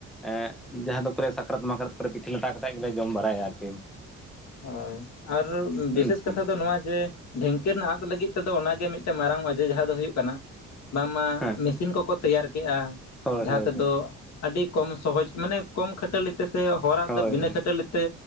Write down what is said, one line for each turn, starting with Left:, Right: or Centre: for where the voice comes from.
Centre: ᱮᱸᱜ ᱡᱟᱦᱟᱸ ᱫᱚᱠᱚ ᱞᱮᱭᱟ ᱥᱟᱠᱨᱟᱛ ᱢᱚᱠᱚᱨ ᱠᱚᱨᱮ ᱯᱤᱴᱷᱟᱹ ᱞᱟᱴᱟ ᱠᱟᱛᱮ ᱜᱮᱞᱮ ᱡᱚᱢ ᱵᱟᱲᱟᱭᱟ ᱟᱨᱠᱤ
Left: ᱦᱳᱭ ᱟᱨ
Centre: ᱦᱩᱸ
Left: ᱵᱤᱥᱮᱥ
Centre: ᱦᱩᱸ
Left: ᱠᱟᱛᱷᱟ ᱫᱚ ᱱᱚᱣᱟ ᱡᱮ ᱰᱷᱤᱝᱠᱤ ᱨᱮᱱᱟᱜ ᱟᱫ ᱞᱟᱹᱜᱤᱫ ᱛᱮᱫᱚ ᱚᱱᱟ ᱜᱮ ᱢᱤᱫᱴᱟᱝ ᱢᱟᱨᱟᱝ ᱚᱡᱮ ᱡᱟᱦᱟᱸ ᱫᱚ ᱦᱩᱭᱩᱜ ᱠᱟᱱᱟ ᱵᱟᱝᱢᱟ
Centre: ᱦᱮᱸ
Left: ᱢᱮᱥᱤᱱ ᱠᱚᱠᱚ ᱛᱮᱭᱟᱨ ᱠᱮᱜᱼᱟ
Centre: ᱦᱳᱭ
Left: ᱡᱟᱦᱟᱸ
Centre: ᱦᱳᱭ
Left: ᱛᱮᱫᱚ
Centre: ᱦᱳᱭ
Left: ᱟᱹᱰᱤ ᱠᱚᱢ ᱥᱚᱦᱚᱡᱽ ᱢᱟᱱᱮ ᱠᱚᱢ ᱠᱷᱟᱹᱴᱟᱹᱞᱤ ᱛᱮ ᱥᱮ ᱦᱚᱲᱟᱜ
Centre: ᱦᱳᱭ
Left: ᱫᱚ ᱵᱤᱱᱟᱹ
Centre: ᱦᱳᱭ᱾
Left: ᱠᱷᱟᱹᱴᱟᱹᱞᱤ ᱛᱮ